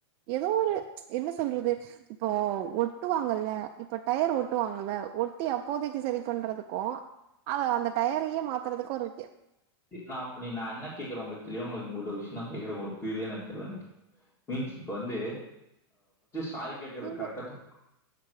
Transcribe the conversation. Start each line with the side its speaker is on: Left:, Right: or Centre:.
Right: ஏதோ ஒரு என்ன சொல்றது இப்போ ஒட்டுவாங்கல்ல இப்ப டயர் ஒட்டுவாங்கல்ல ஒட்டி அப்போதைக்கு செரி பண்றதுக்கு அத அந்த டயரயே மாத்துறதுக்கு ஒரு வித்
Left: ந நீ நா என்ன கேக்குற உங்களுக்கு தெரியவங்களுக்கு உங்கட விஷய நா கேக்குற உங்களுக்கு புரியல என தெர்ல எனக்கு மீன்ஸ் இப்ப வந்து சாரி கேட்கறது
Right: இல்ல
Left: கரெக்ட்டா தப்பா?